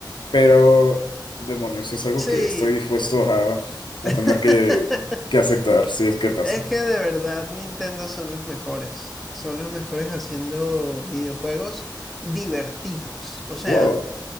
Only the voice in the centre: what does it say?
Sí.
<laughs>
Es que de verdad Nintendo son los mejores. Son los mejores haciendo videojuegos divertidos. O sea,